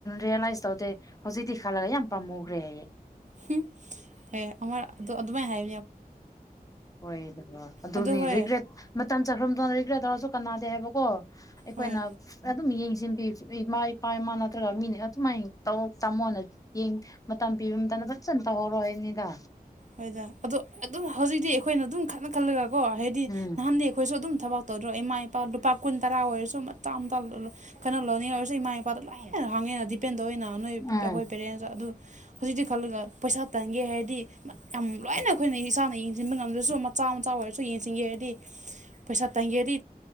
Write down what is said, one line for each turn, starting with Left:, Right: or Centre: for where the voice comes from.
Left: ꯔꯤꯌꯦꯜꯂꯥꯏꯁ ꯇꯧꯗꯦ ꯍꯧꯖꯤꯛꯇꯤ ꯈꯜꯂꯥꯒ ꯌꯥꯝ ꯄꯤꯃꯨꯒ꯭ꯔꯦ ꯍꯥꯏꯌꯦ
Right: ꯍꯨꯝ ꯑꯦ ꯑꯃ ꯑꯗꯣ ꯑꯗꯨꯃꯥꯏ ꯍꯥꯏ
Left: ꯍꯣꯏꯗ ꯑꯗꯨꯒ ꯑꯗꯨꯅꯤ
Right: ꯑꯗꯨ ꯍꯣꯏ
Left: ꯔꯤꯒ꯭ꯔꯦꯠ ꯃꯇꯝ ꯆꯠꯈꯔꯥ ꯃꯇꯨꯝ ꯔꯤꯒꯔꯦꯠ ꯇꯧꯔꯁꯨ ꯀꯅꯥꯗꯦ ꯍꯥꯏꯕꯀꯣ ꯑꯩꯈꯣꯏꯅ
Right: ꯍꯣꯏ
Left: ꯑꯗꯨꯝ ꯌꯦꯡꯁꯤꯟꯕꯤ ꯏꯃꯥ ꯏꯄꯥ ꯏꯃꯥ ꯅꯠꯇ꯭ꯔꯒ ꯃꯤꯅꯥ ꯑꯗꯨꯃꯥꯏꯅ ꯇꯧ ꯇꯝꯃꯣꯅ ꯌꯦꯡ ꯃꯇꯝ ꯄꯤꯕ ꯃꯇꯝꯗ ꯐꯖꯅ ꯇꯧꯍꯧꯔꯣ ꯍꯥꯏꯅꯤꯗ
Right: ꯍꯣꯏꯗ ꯑꯗꯣ ꯑꯗꯨꯝ ꯍꯧꯖꯤꯛꯇꯤ ꯑꯩꯈꯣꯏꯅ ꯑꯗꯨꯝ ꯈꯠꯅ ꯈꯜꯂꯒꯀꯣ ꯍꯥꯏꯗꯤ
Left: ꯎꯝ
Right: ꯅꯍꯥꯟꯗꯤ ꯑꯩꯈꯣꯏꯁꯨ ꯑꯗꯨꯝ ꯊꯕꯛ ꯇꯧꯗ꯭ꯔꯣ ꯏꯃꯥ ꯏꯄꯥ ꯂꯨꯄꯥ ꯀꯨꯟ ꯇꯔꯥ ꯑꯣꯏꯔꯁꯨ ꯃꯆꯥꯝꯇ ꯀꯟꯅ ꯂꯅꯤꯡ ꯑꯣꯏꯔꯁꯨ ꯏꯃꯥ ꯅꯨꯄꯥꯗ ꯂꯥꯏ ꯍꯥꯡꯉꯦꯅ ꯗꯤꯄꯦꯟ ꯇꯧꯋꯦꯅ ꯅꯣꯏ
Left: ꯎꯝ
Right: ꯑꯩꯈꯣꯏ ꯄꯦꯔꯦꯟꯁꯇ ꯑꯗꯨ ꯍꯧꯖꯤꯛꯇꯤ ꯈꯜꯂꯒ ꯄꯩꯁꯥ ꯇꯟꯒꯦ ꯍꯥꯏꯔꯗꯤ ꯌꯥꯝ ꯂꯥꯏꯅ ꯑꯩꯈꯣꯏꯅ ꯏꯁꯥꯅ ꯊꯤꯟꯕ ꯉꯝꯗ꯭ꯔꯁꯨ ꯃꯆꯥ ꯃꯆꯥ ꯑꯣꯏꯔꯁꯨ ꯌꯦꯡꯁꯤꯟꯒꯦ ꯍꯥꯏꯔꯗꯤ ꯄꯩꯁꯥ ꯇꯥꯟꯒꯦꯔꯗꯤ